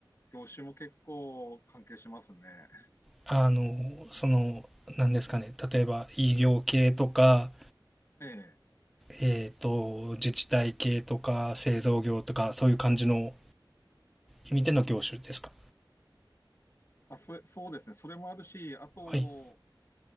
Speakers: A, on the left; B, in the centre.
A: 業種も結構関係しますね。
B: あのその何ですかね例えば医療系とか、
A: ええ。
B: えー、と自治体系とか製造業とかそういう感じの意味での業種ですか
A: あ、それ、そうですね。それもあるし、あと、
B: はい